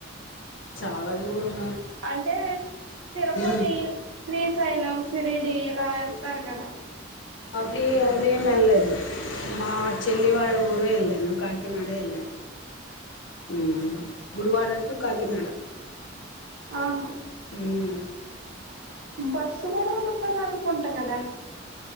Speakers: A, on the left (about 75°); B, on the right (about 85°).
A: చాలా దూరం
B: అంటే తిరుపతి
A: హ్మ్
B: శ్రీశైలం సిరిడి ఇలా వెళ్తారు కదా
A: అవి అవేం ఎల్లేదు మా చెల్లి వాళ్ళ ఊరే వెళ్ళాను కాకినాడే వెళ్ళాను హ్మ్ గుడివాడ టూ కాకినాడా
B: ఆహ్
A: హ్మ్
B: బస్సు కూడా ఉంటది అనుకుంటా కదా